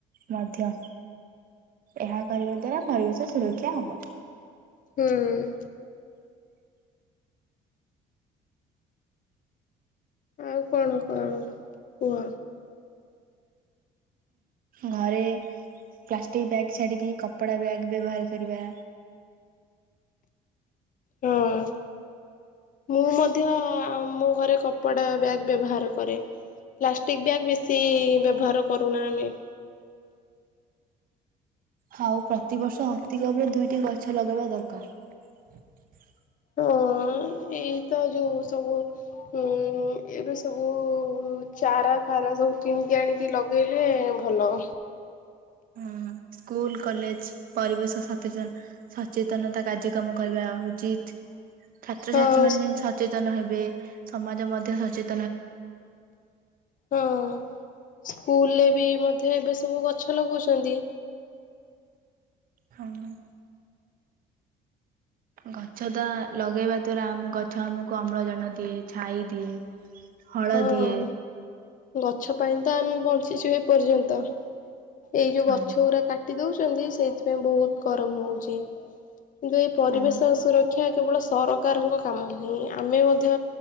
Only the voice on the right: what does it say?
ମଧ୍ୟ। ଏହା କରିବା ଦ୍ଵାରା ପରିବେଶ ସୁରକ୍ଷା ହବ।
ଘରେ ପ୍ଲାଷ୍ଟିକ୍ ବ୍ୟାଗ୍ ଛାଡିକି କପଡା ବ୍ୟାଗ୍ ବ୍ୟବହାର କରିବା।
ହାଉ ପ୍ରତିବର୍ଷ ଅତିକମ୍ ରେ ଦୁଇଟି ଗଛ ଲଗେଇବା ଦରକାର୍।
ହୁଁ ସ୍କୁଲ କଲେଜ୍ ପରିବେଶ ସତେଚନ୍ ସଚେତନତା କାଯ୍ୟକ୍ରମ କରିବା ଉଚିତ। ଛାତ୍ରଛାତ୍ରୀ
ମାନେ ଯେମତି ସଚେତନ ହେବେ ସମାଜ ମଧ୍ୟ ସଚେତ୍
ହଁ। ଗଛ ତା ଲଗେଇବା ଦ୍ଵାରା ଆମୁ ଗଛ ଆମକୁ ଅମ୍ଳଜାନ ଦିଏ ଛାଇ ଦିଏ। ହଳ
ଦିଏ
ହଁ
ହଁ